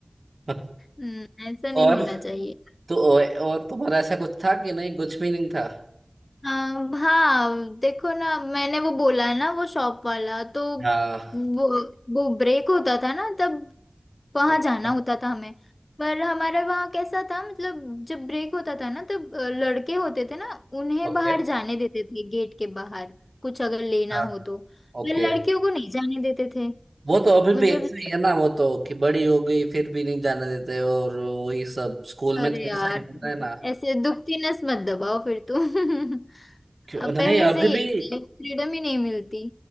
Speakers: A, on the right; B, on the left.
A: <laughs>
B: हम्म, ऐसा नहीं
A: और
B: होना चाहिए
A: तो और तुम्हारा ऐसा कुछ था कि नहीं कुछ भी नहीं था
B: हाँ हाँ देखो ना मैंने वो बोला ना वो शॉप वाला तो
A: हाँ
B: वो वो ब्रेक होता था ना तब वहां
A: ओ-
B: जाना
A: ओ-
B: होता था हमें पर हमारा वहाँ कैसा था मतलब जब ब्रेक होता था ना तब अ, लड़के होते थे ना उन्हें
A: ओके
B: बाहर जाने देते थे गेट के बाहर कुछ अगर लेना
A: हाँ
B: हो तो पर
A: ओके
B: लड़कियों को नहीं जाने देते थे
A: वो तो अभी
B: मतलब
A: भी ऐसा ही है ना वो तो कि बड़ी हो गई फिर भी नहीं जाने देते और वही सब स्कूल
B: अरे
A: में तो
B: यार
A: ऐसा ही होता है ना
B: ऐसे दुखती नस मत दबाओ फिर तुम <laughs>
A: क्यों-
B: अब
A: नहीं
B: पहले
A: अभी
B: से ही
A: भी
B: ऐसे फ्रीडम ही नहीं मिलती